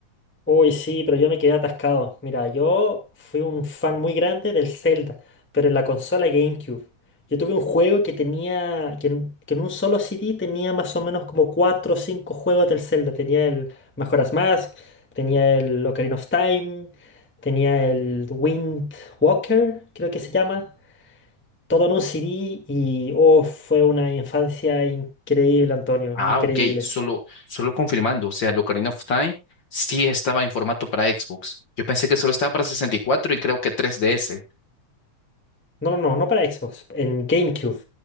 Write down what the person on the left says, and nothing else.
Ah,
ok, solo, solo confirmando, o sea, el Ocarina of Time sí estaba en formato para Xbox. Yo pensé que solo estaba para 64 y cuatro y creo que 3DS.